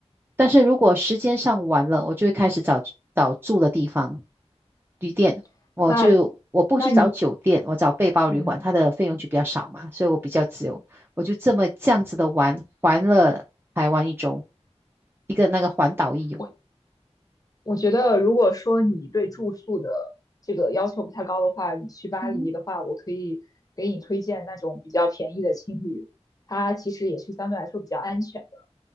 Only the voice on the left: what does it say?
<laughs>
那，那你，
嗯，
我我觉得，如果说你对住宿的这个要求不太高的话，你去巴黎的话，
我可以给你推荐那种比较便宜的青旅，它其实也是相对来说比较安全的，